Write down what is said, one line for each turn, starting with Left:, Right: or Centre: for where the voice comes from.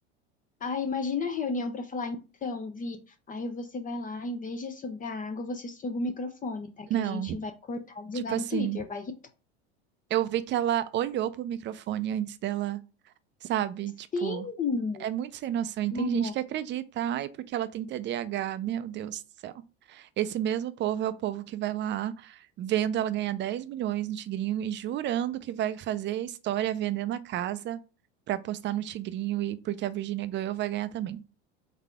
Left: Ah, imagina a reunião pra falar, então, Vi, aí você vai lá, em vez de sugar água, você suga o microfone, tá? Que
Right: Não,
Left: a gente vai cortar e
Right: tipo
Left: jogar
Right: assim,
Left: no Twitter, vai irritar.
Right: eu vi que ela olhou pro microfone antes dela, sabe?
Left: Sim!
Right: Tipo, é muito sem noção. E
Left: Ai,
Right: tem gente que acredita, ai, porque ela tem TDAH. Meu Deus do céu. Esse mesmo povo é o povo que vai lá vendo ela ganhar 10 milhões no Tigrinho e jurando que vai fazer história vendendo a casa pra postar no Tigrinho e porque a Virgínia ganhou, vai ganhar também.